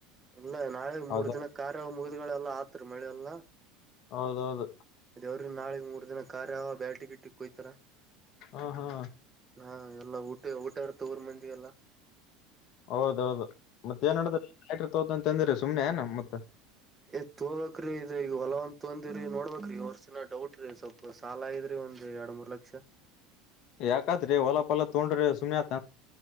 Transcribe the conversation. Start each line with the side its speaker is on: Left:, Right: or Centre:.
Right: ಇಲ್ಲ ನಾಳೆ ಮೂರ್
Left: ಹೌದು
Right: ದಿನ ಕಾರ್ಯ ಮುಗಿದುಗಳೆಲ್ಲಾ ಆತ್ರಿ ಮಳೆಲ್ಲಾ
Left: ಹೌದೌದು
Right: ಅದ ಅವ್ರ ನಾಳೆಗ್ ಮೂರ್ ದಿನ ಕಾರ್ಯ ಅವ ಬ್ಯಾಟಿ ಇಿಟ್ಟಿ ಕೊಯ್ತಾರ
Left: ಹಾ ಹಾ
Right: ಹಾ ಎಲ್ಲ ಊಟ ಊಟಾರ್ ತೊರ್ ಮಂದಿಗೆ ಎಲ್ಲ
Left: ಹೌದೌದು ಮತ್ತ ಏನ್ಡ ತತ ಅಂತಂದ್ರೆ ಸುಮ್ನೆ ಏನ ಮತ್ತತ್
Right: ಏ್ ತೋಬಬೇಕಕ್್ರೀ ಇ ಈಗ ಹೊಲವಂದ ತೊಂದಿ್ರರಿ ನೋಡ್ಬಕ್್ರೀ ವರ್ಷಿನ ಡೌಟ್್ರೀ ಸ್ವಲ್ಪ ಸಾಲ ಆಗ್ರಿ ಒಂದು ಎರಡು ಮೂರು ಲಕ್ಷ
Left: ಯಾಕತ್ರಿ ಹೊಲಪ್ಲ ತೋೊಂಡ್ರಿ ಸುಮ್ಯಾತ್